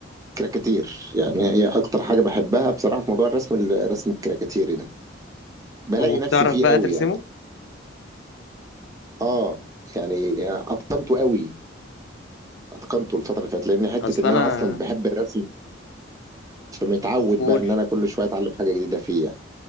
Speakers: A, on the right; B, on the left.
A: كراكاتير يعني هي اكتر حاجه بحبها بصراحه في موضوع الرسم الرسم الكراكاتيري ده بلاقي
B: وبتعرف
A: نفسي فيه
B: بقى
A: قوي
B: ترسمه
A: يعني اه يعني اتقنته قوي اتقنته الفتره اللي فاتت لان حته
B: اصل
A: ان
B: انا
A: انا اصلا بحب الرسم فمتعود
B: قول
A: بقى ان انا كل شويه اتعلم حاجه جديده فيه يعني